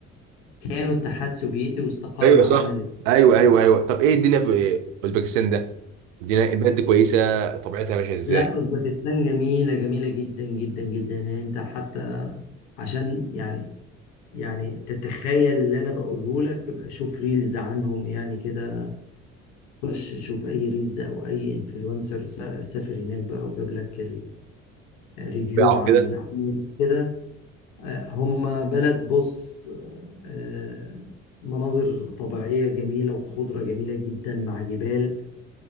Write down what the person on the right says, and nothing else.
ايوه صح
ايوه ايوه
ايوه
طب ايه الدنيا في إيه؟ اوزبكستان ده؟ الدنيا البلد دي كويسه طبيعتها ماشيه ازاي؟
طبيعه
كده